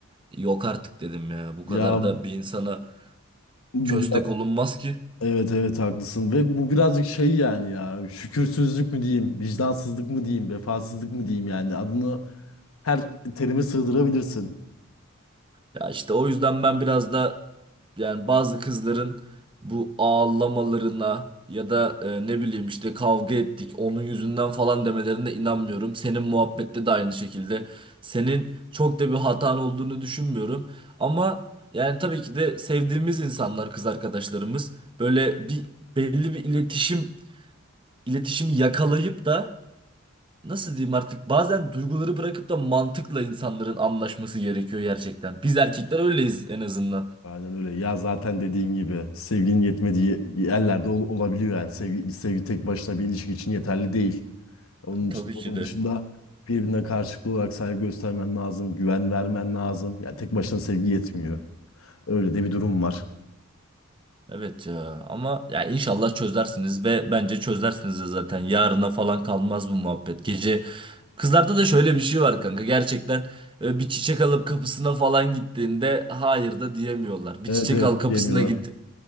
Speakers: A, on the right (about 25°); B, on the left (about 75°).
A: Yok artık dedim ya. Bu
B: Ya
A: kadar da bir insana
B: bu
A: köstek olunmaz ki.
B: Evet evet haklısın ve bu birazcık şey yani ya şükürsüzlük mü diyeyim, vicdansızlık mı diyeyim, vefasızlık mı diyeyim yani adını her terime sığdırabilirsin.
A: Ya işte o yüzden ben biraz da yani bazı kızların bu ağlamalarına ya da e, ne bileyim işte kavga ettik onun yüzünden falan demelerine inanmıyorum. Senin muhabbette de aynı şekilde. Senin çok da bir hatan olduğunu düşünmüyorum. Ama yani tabii ki de sevdiğimiz insanlar kız arkadaşlarımız böyle bir belli bir iletişim iletişimi yakalayıp da nasıl diyeyim artık bazen duyguları bırakıp da mantıkla insanların anlaşması gerekiyor gerçekten. Biz erkekler öyleyiz en azından.
B: Aynen öyle ya zaten dediğin gibi sevginin yetmediği yerlerde ol- olabiliyor yani sevgi, sevgi tek başına bir ilişki için yeterli değil. Onun
A: Tabii
B: için, onun
A: ki de.
B: dışında birbirine karşılıklı olarak saygı göstermen lazım, güven vermen lazım. Yani tek başına sevgi yetmiyor. Öyle de bir durum var.
A: Evet ya ama ya inşallah çözersiniz ve bence çözersiniz de zaten yarına falan kalmaz bu muhabbet. Gece kızlarda da şöyle bir şey var kanka gerçekten e, bir çiçek alıp kapısına falan gittiğinde hayır da diyemiyorlar. Bir
B: Evet
A: çiçek
B: evet
A: al kapısına
B: diyemiyorlar.
A: git